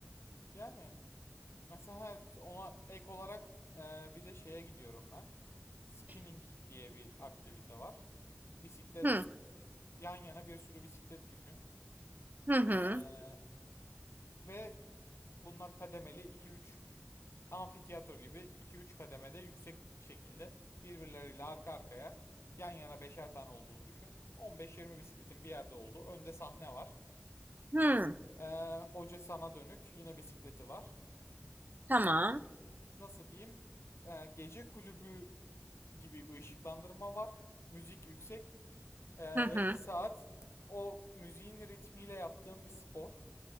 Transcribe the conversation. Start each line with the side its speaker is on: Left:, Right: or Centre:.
Left: Yani mesela evet, ona ek olarak e, bir de şeye gidiyorum ben. Spinning diye bir aktivite var. Bisiklet
Right: Hı
Left: yan yana bir sürü bisiklet düşün.
Right: hı hı.
Left: Ee, ve Bunlar kademeli 2-3 amfiteyatro gibi 2-3 kademede yüksek şekilde birbirleriyle arka arkaya yan yana beşer tane olduğunu düşün. 15-20 bisikletin bir yerde olduğu önde sahne var.
Right: Hı.
Left: Ee, hoca sana dönük yine bisikleti var.
Right: Tamam.
Left: Nasıl diyeyim? Ee, gece kulübü gibi bir ışıklandırma var. Müzik yüksek Ee,
Right: Hı hı.
Left: ve bir saat o müziğin ritmiyle yaptığım bir spor.